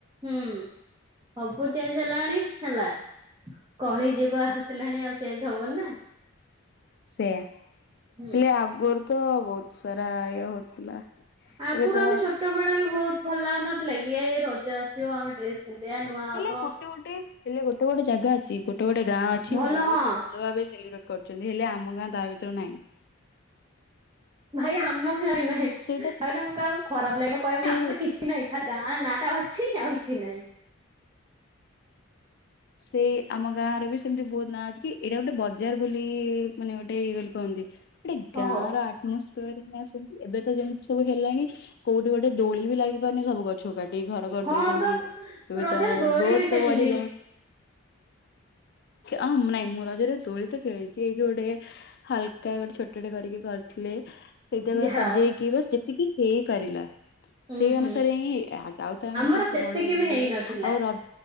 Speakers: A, on the right; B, on the left.
A: ହୁଁ ସବୁ ଚେଞ୍ଜ ହେଲାଣି ହେଲା। କଳି ଯୁଗ ଆସିଲାଣି ଆଉ ଚେଞ୍ଜ ହବନି ନା।
B: ସେୟା ହେଲେ
A: ହୁଁ
B: ଆଗରୁ ତ ବହୁତ ସାରା ଇଏ ହଉଥିଲା।
A: ଆଗରୁ
B: ଏବେ ତ
A: ଆମେ ଛୋଟ ବେଳେ ବି ବହୁତ ଭଲ ଲାଗୁନଥିଲା କି ଏଇ ରଜ ଆସିବ ଆମେ ଡ୍ରେସ ପିନ୍ଧିବା ନୂଆ। ହବ
B: ହେଲେ ଗୋଟେ ଗୋଟେ ହେଲେ ଗୋଟେ ଗୋଟେ ଜାଗା ଅଛି ଗୋଟେ ଗୋଟେ ଗାଁ ଅଛି
A: ଭଲ
B: ବହୁତ
A: ହଁ
B: ହିଁ ଭଲ ଭାବେ ସେଲିବ୍ରେଟ। କରୁଛନ୍ତି ହେଲେ ଆମ ଗାଁ ତା ଭିତରୁ ନାହିଁ।
A: ଭାଇ ଆମ ଗାଁରେ ନାହିଁ
B: ସେଇଟା
A: ତାମାନେ ମୁଁ କାହାକୁ ଖରାପ ଲାଗିବ କହିବି
B: ସେ
A: ଆମ କିଛି ନାଇଁ ଖାଲି ଗାଁ ନାଁ ଅଛି ଆଉ କିଛି ନାହିଁ।
B: ସେଇ ଆମ ଗାଁରେ ବି ସେମିତି ବହୁତ ନାଁ ଅଛି କି ଏଇଟା ଗୋଟେ ବଜାର ବୋଲି ମାନେ ଗୋଟେ ଇଏ ବୋଲି କହନ୍ତି। ଗୋଟେ ଗାଁ
A: ଓହୋ
B: ର ମସ୍ତ ଆସ ଏବେ ତ ଯେମିତି ସବୁ ହେଲାଣି କୋଉଠି ଗୋଟେ ଦୋଳି ବି ଲାଗିପାରୁନି ସବୁ। ଗଛ କାଟିକି ଘର କରିଦଉଛନ୍ତି
A: ହଁ ତ
B: ଏବେ
A: ରଜରେ
B: ତ
A: ଦୋଳି
B: ରୋଡ
A: ବି ଖେଳିଲି
B: ତ ବଢିଲାଣି। ଅଁ ନାଇଁ ମୁଁ ରଜରେ ଦୋଳି ତ ଖେଳିଛି ଏଇଠି ଗୋଟେ। ହାଲକା ଗୋଟେ ଛୋଟଟେ କରିକି କରିଥିଲେ। ସେଇଟାବା
A: ଯାହା
B: ସଜେଇକି
A: ହଉ।
B: ବାସ ଯେତିକି ହେଇପାରିଲା।
A: ହୁଁ
B: ସେଇ
A: ହୁଁ
B: ଅନୁସାରେ ହିଁ ଆଉ ତ ଆମେ
A: ଆମର
B: ଏତେ କିଛି
A: ସେତିକି
B: ବଡ କରିପାରିବନି
A: ବି ହେଇନଥିଲା।
B: ଆଉ ର